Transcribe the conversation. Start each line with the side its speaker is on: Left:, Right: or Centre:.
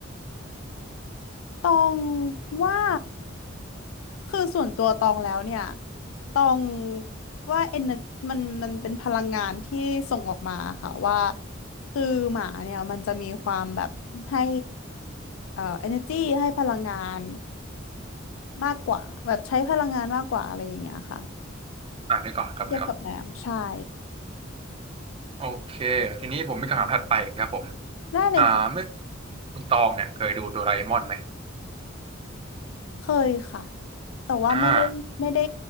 Left: ตองว่าคือส่วนตัวตองแล้วเนี่ยตองว่าเอนมันมันเป็นพลังงานที่ส่งออกมาค่ะว่าคือหมาเนี่ยมันจะมีความแบบให้เอ่อ energy ให้พลังงานมากกว่าแบบใช้พลังงานมากกว่าอะไรอย่างเงี้ยค่ะ
Right: อ่านึกออกครับนึกออก
Left: เทียบกับแมวใช่
Right: โอเคทีนี้ผมมีคำถามถัดไปครับผม
Left: ได้เลยค่ะ
Right: อ่าไม่คุณตองเนี่ยเคยดูโดราเอมอนไหม
Left: เคยค่ะ แต่ว่าไม่ได้ไม่ได้
Right: อ่า